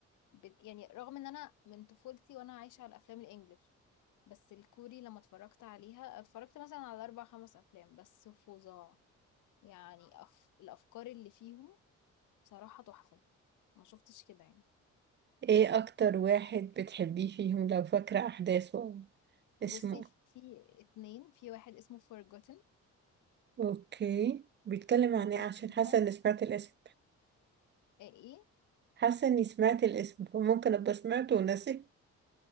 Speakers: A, on the left; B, on the right.
A: بت... يعني رغم ان انا من طفولتي وانا عايشه على الافلام الانجليش بس الكوري لما اتفرجت عليها اتفرجت مثلا على اربع خمس افلام بس فظاع يعني أف... الافكار اللي فيهم بصراحه تحفه ما شفتش كده يعني
B: ايه أكتر واحد بتحبيه فيهم لو فاكرة أحداثه اسمه
A: بصي في اتنين في واحد اسمه Forgotten
B: اوكي بيتكلم
A: Forgotten
B: عن ايه عشان حاسه
A: ده
B: اني سمعت الاسم
A: آه، ايه
B: حاسه اني سمعت الاسم فممكن ابقى سمعته وناسي